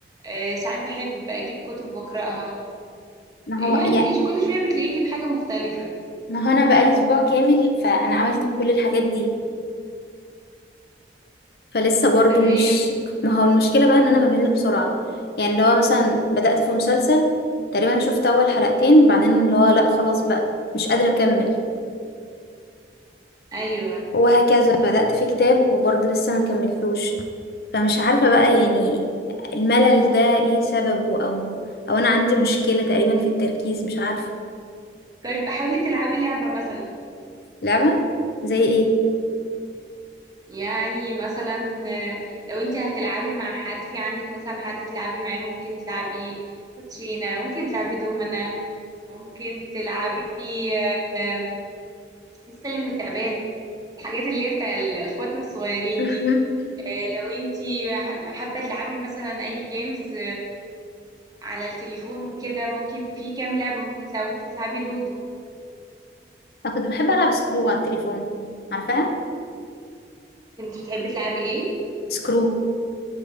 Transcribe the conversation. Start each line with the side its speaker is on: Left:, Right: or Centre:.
Right: آه، ساعات بحب اجيب كتب واقراها
Left: ما
Right: يعني
Left: هو يعني
Right: كل شوية بتلاقيني بحاجة مختلفة
Left: ما هو انا بقالي اسبوع كامل فانا عملت كل الحاجات دي فلسه برضه
Right: تمام
Left: مش ما هو المشكله بقى ان انا بمل بسرعه يعني اللي هو مثلا بدات في مسلسل تقريبا شفت اول حلقتين بعدين اللي هو لا خلاص بقى مش قادره اكمل
Right: أيوة
Left: وهكذا بدأت في كتاب وبرضه لسه ما كملتوش فمش عارفة بقى يعني الملل ده ايه سببه او او انا عندي مشكلة تقريبا في التركيز مش عارفة
Right: طيب حاولي تلعبي لعبة مثلا
Left: لعبة زي ايه
Right: يعني مثلا آه، لو انت هتلعبي مع حد في عندك مثلا حد تلعبي معاه ممكن تلعبي كوتشينة ممكن تلعبي دومنا ممكن تلعبي آه، آه، السلم والتعبان الحاجات اللي هي بتاع اخواتنا الصغيرين
Left: <laughs>
Right: دي آه، لو انت حابة تلعبي مثلا اي جيمز على التليفون وكده ممكن في كام لعبة ممكن تلعبي ممكن تلعبي لودو
Left: انا كنت بحب العب سكرو على التليفون عارفاها
Right: كنت بتحبي تلعبي ايه
Left: سكرو